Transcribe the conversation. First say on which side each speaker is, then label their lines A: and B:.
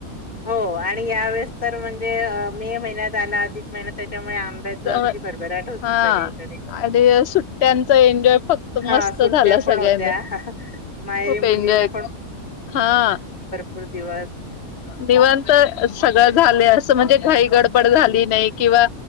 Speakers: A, on the left (about 30°); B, on the left (about 55°).
A: हो आणि यावेेळेस तर म्हणजे अ मे महिन्यात आला अधिक महिना त्याच्यामुळे आम <unintelligible>
B: त्यामुळे
A: अगदी भरभराट होती
B: हां.
A: सगळीकडे.
B: आणि सुट्ट्यांचा एन्जॉय फक्त मस्त
A: हा सुट्ट्या
B: झाला सगळ्यांने,
A: पण होत्या. माहेरी
B: खूप एन्जॉय,
A: मुलींना
B: हा.
A: प्रतीवा
B: निवांत सगळ झालय असं म्हणजे काही गडबड झाली नाही किंवा